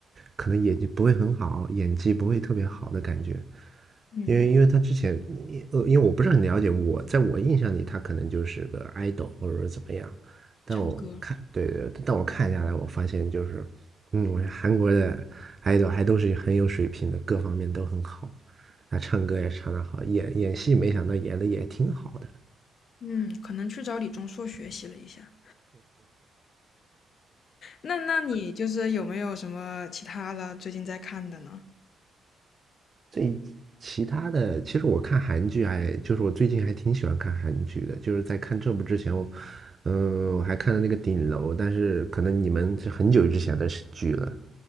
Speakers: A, on the right (about 25°); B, on the left (about 45°).
A: 可能演技不会很好，演技不会特别好的感觉，
B: 嗯，
A: 因为因为他之前，呃，因为我不是很了解，我在我印象里他可能就是个 idol 或者说怎么样，但我看，
B: 唱歌。
A: 对对，但我看下来，我发现就是，嗯，我觉得韩国的 idol 还都是很有水平的，各方面都很好，啊，唱歌也唱得好，演演戏没想到演的也挺好的。
B: 嗯，可能去找李钟硕学习了一下。那那你就是有没有什么其他的最近在看的呢？
A: 这其他的，其实我看韩剧还，就是我最近还挺喜欢看韩剧的，就是在看这部之前，我，嗯，我还看了那个《顶楼》，但是可能你们是很久之前的剧了。